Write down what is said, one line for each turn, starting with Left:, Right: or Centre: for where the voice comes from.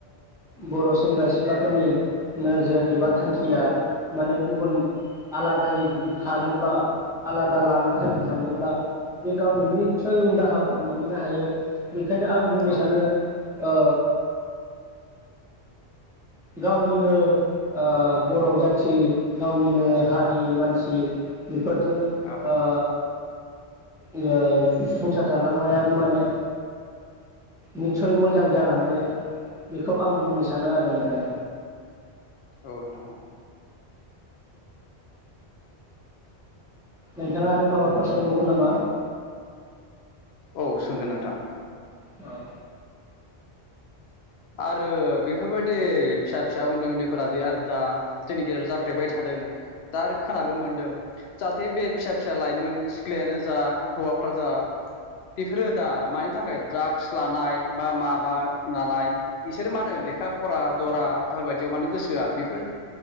Centre: बर' सेंग्रा सिख्लाफोरनि नोजोर एबा थांखिया माने गुबुन आलादायै जुदि खारोब्ला आलादा लाना थांखि थाङोब्ला बे गावनि निसय उन्दाहाखौ मोनहैनो हायो बेखायनो आं बुंनो
Left: औ
Centre: सानो ओ गावनिनो ओ बर' जाथि गावनिनो हारिनि मानसि फोरजों
Left: औ
Centre: ओ ओ संसार जालांनायाबो माने निस्सय मोजां जालाङो बेखौ आं बुंनो सानो आरो नोंथां
Left: औ नोंथां औ
Centre: नोंथाङा आरो माबाफोर सोंबावगोन नामा?
Left: औ सोंगोन नोंथां
Centre: औ
Left: आरो बेफोरबायदि फिसा फिसा उन्दै उन्दैफोरादि आरो दा जोंनि गेजेराव जाफ्लेबाय थादों दा आरो खोनाबो मोनदों जाहाथे बे फिसा फिसा लाइमोन सिख्लायानो जा हौवाफोरा जा बेफोरो दा मानि थाखाय द्राग्स लानाय बा माबा लानाय इसोर मा होनो लेखा फरा दराफोरबायदियाव मानोे गोसोहोआ बेफोर